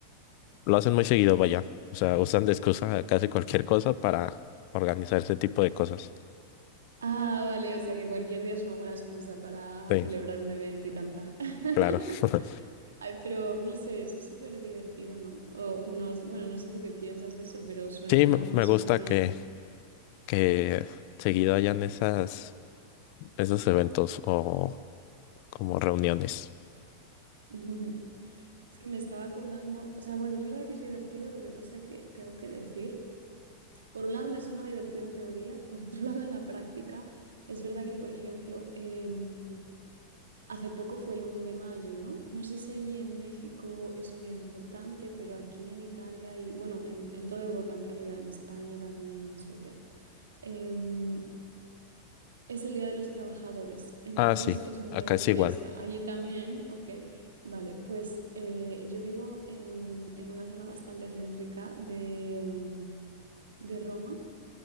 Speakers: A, on the left; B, on the right.
A: lo hacen muy seguido, vaya. O sea, usan de excusa casi cualquier cosa para organizar ese tipo de cosas.
B: Ah, vale, o sea que cualquier día es una buena excusa para
A: Sí,
B: celebrar un evento y cantar. <laughs>
A: claro. <laughs>
B: Ay, pero no sé, eso es súper divertido, ¿no? O, no, sé- bueno, no sé tú qué piensas de eso, pero suena,
A: Sí, me
B: a mí me
A: me
B: suena
A: gusta
B: bien.
A: que que seguido hayan esas, esos eventos o como reuniones.
B: <laughs> Es que me estaba acordando, o sea, bueno, es verdad que es divertido, lo que pasa que tengo que decir, por un lado me suena divertido en teoría, por otro <laughs> lado en la práctica, es verdad que, por ejemplo, em, hace poco fue el uno de mayo, ¿no? No sé si allí en México es un día importante, pero aquí en Italia y, bueno, en, en toda Europa en realidad, en España también y en Suecia, em, es el Día de los Trabajadores, entonces
A: Ah, sí,
B: es un
A: acá
B: día de
A: es
B: fiesta.
A: igual,
B: Allí también, ok. Vale, pues eh, yo vivo en, en una zona bastante céntrica de, mm, de Roma